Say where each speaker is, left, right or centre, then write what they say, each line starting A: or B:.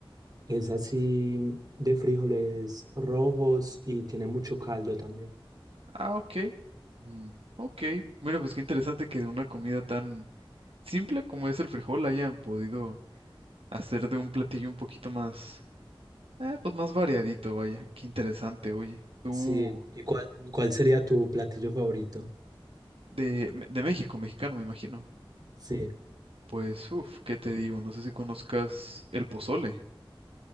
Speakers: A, on the right; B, on the right.
A: es así de frijoles rojos y tiene mucho caldo también.
B: Ah, ok. Mm, ok. Mira, pues qué interesante que de una comida tan simple como es el frijol hayan podido hacer de un platillo un poquito más, eh, pues más variadito, vaya. Qué interesante, oye. Tú,
A: Sí, ¿y cuál, cuál sería tu platillo favorito?
B: de, Me- de México, mexicano, me imagino.
A: Sí,
B: Pues, uff, ¿qué te digo? No sé si conozcas el pozole.